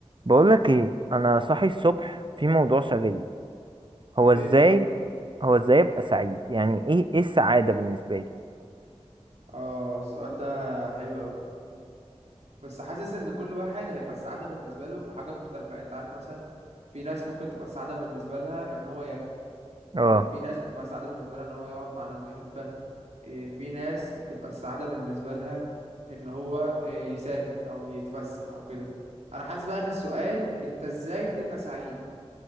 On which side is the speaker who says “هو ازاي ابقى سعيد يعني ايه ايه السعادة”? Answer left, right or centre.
Right